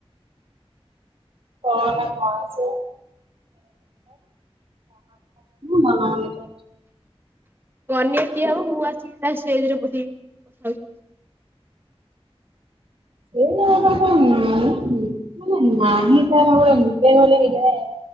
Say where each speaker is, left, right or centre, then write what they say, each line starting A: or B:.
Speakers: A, on the right; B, on the right.
A: କହନା ଖାସେ <inaudible>
B: କନ୍ୟା କିଏ ହବ ମୁଁ ଆସିକି ତା ଷ୍ଟେଜରେ ବସିକି କଥାଉଛି।
A: <unintelligible> ମାନେ ନାହିଁ ମୋର ଡିଜାଇନର ଲେହେଙ୍ଗା।